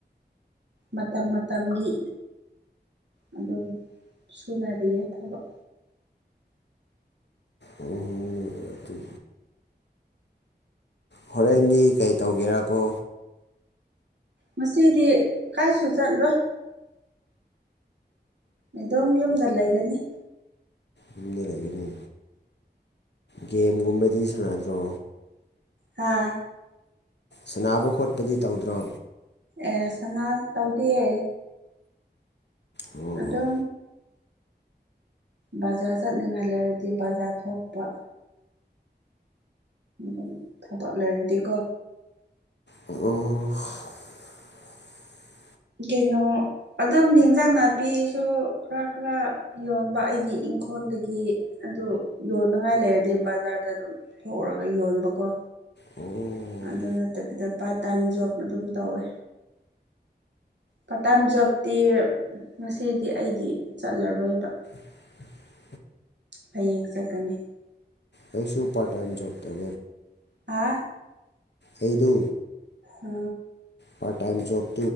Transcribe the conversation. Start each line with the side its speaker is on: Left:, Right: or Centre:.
Right: ꯃꯇꯝ ꯃꯇꯝ ꯃꯇꯝꯒꯤ ꯑꯗꯨꯝ ꯁꯨꯅꯔꯤꯌꯦ ꯊꯕꯛ
Left: ꯑꯣꯀꯦ ꯍꯣꯔꯦꯟꯗꯤ ꯀꯩ ꯇꯧꯒꯦꯔꯥꯀꯣ
Right: ꯃꯁꯤꯗꯤ ꯀꯥꯏꯁꯨ ꯆꯠꯂꯣꯏ ꯑꯗꯨꯝ ꯌꯨꯝꯗ ꯂꯩꯒꯅꯤ
Left: ꯌꯨꯝꯗ ꯂꯩꯒꯅꯤ ꯒꯦꯝꯒꯨꯝꯕꯗꯤ ꯁꯥꯟꯅꯗ꯭ꯔꯣ
Right: ꯍꯥꯥ
Left: ꯁꯨꯅꯕ ꯈꯣꯠꯄꯗꯤ ꯇꯧꯗ꯭ꯔꯣ
Right: ꯑꯦ ꯁꯅꯥ ꯇꯧꯗꯤꯌꯦ
Left: ꯑꯣ
Right: ꯑꯗꯣ ꯕꯖꯥꯔ ꯆꯠꯅꯤꯡꯉꯥꯏ ꯂꯩꯔꯗꯤ ꯕꯖꯥꯔ ꯊꯣꯛꯄ ꯑ ꯊꯥꯄꯂꯔꯗꯤꯀꯣ
Left: ꯑꯣ <inaudible>
Right: ꯀꯩꯅꯣ ꯑꯗꯨꯝ ꯌꯦꯟꯖꯥꯡ ꯅꯥꯄꯤꯁꯨ ꯈꯔ ꯈꯔ ꯌꯣꯟꯕ ꯑꯩꯒꯤ ꯏꯪꯈꯣꯜꯗꯒꯤ ꯑꯗꯨ ꯌꯣꯟꯅꯉꯥꯏ ꯂꯩꯔꯗꯤ ꯕꯖꯥꯔꯗ ꯑꯗꯨꯝ ꯊꯣꯛꯎꯔꯒ ꯌꯣꯟꯕꯀꯣ
Left: ꯑꯣ
Right: ꯑꯗꯨ ꯅꯠꯇꯕꯤꯗ ꯄꯥꯔꯠ ꯇꯥꯏꯝ ꯖꯣꯕ ꯑꯗꯨꯝ ꯇꯧꯋꯦ ꯄꯇꯥꯝ ꯖꯣꯕꯇꯤ ꯉꯁꯤꯗꯤ ꯑꯩꯗꯤ ꯆꯠꯂꯔꯣꯏꯕ
Left: <unintelligible>
Right: ꯐꯩ ꯆꯀꯅꯤ
Left: ꯑꯩꯁꯨ ꯄꯔꯥꯏꯣꯕ ꯇꯧ
Right: ꯍꯥ
Left: ꯑꯩꯗꯨ
Right: ꯑ
Left: ꯄꯥꯔꯠ ꯇꯥꯏꯝ ꯣꯕ